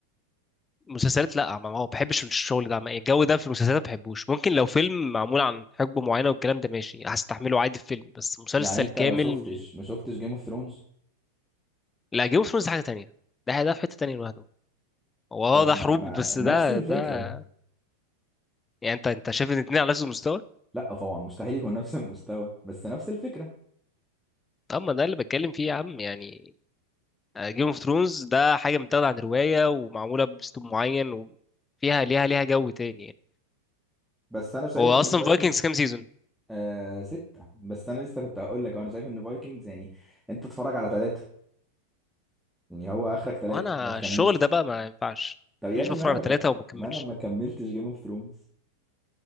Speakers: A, on the left; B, in the centre.
A: مسلسلات لا ما ما بحبش الشغل ده ما- الجو ده في المسلسلات ما بحبوش ممكن لو فيلم معمول عن حقبة معينة والكلام ده ماشي هستحمله عادي في فيلم بس مسلسل
B: يعني انت
A: كامل
B: ما شفتش ما شفتش جيم اوف ثرونز
A: لا جيم اوف ثرونز ده حاجة تانية ده ده في حتة تانية لوحده هو اه
B: طب
A: ده
B: ما,
A: حروب
B: ما
A: بس ده
B: نفس الفكره
A: ده يعني انت انت شايف ان الاتنين على نفس المستوى
B: لا طبعا مستحيل يكون نفس المستوى بس نفس الفكره
A: اما ده اللي بتكلم فيه يا عم يعني آه، جيم اوف ثرونز ده حاجة متاخدة عن رواية ومعمولة بأسلوب معين وفيها ليها ليها جو تاني يعني
B: بس انا شايف
A: هو
B: ان
A: اصلا
B: فايكنجز
A: فايكنجز كام سيزون
B: آه ستة بس أنا لسه كنت هقول لك أنا شايف إن فايكنجز يعني أنت اتفرج على ثلاثة يعني هو آخرك ثلاثة
A: وانا
B: ما تكملش
A: الشغل ده بقى ما ينفعش
B: طب يا
A: مش
B: ابني
A: بفرج
B: ما أنا ما,
A: على
B: كم...
A: ثلاثة وما كملش
B: ما أنا ما كملتش جيم اوف ثرونز